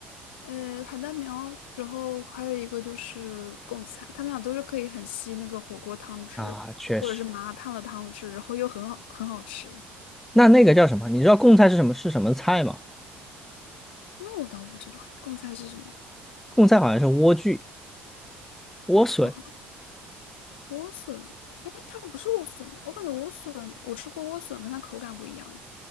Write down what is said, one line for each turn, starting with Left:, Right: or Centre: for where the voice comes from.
Left: 呃海带苗，然后还有一个就是贡菜，它们俩都是可以很吸那个火锅汤汁，
Centre: 啊，确实。
Left: 或者是麻辣烫的汤汁，然后又很好很好吃。
Centre: 那那个叫什么？你知道贡菜是什么是什么菜吗？
Left: 那我倒不知道哎，贡菜是什么？
Centre: 贡菜好像是莴苣、莴笋
Left: 哦，莴笋，哎，它不是莴笋吗？我感觉莴笋，我吃过莴笋，跟它口感不一样哎。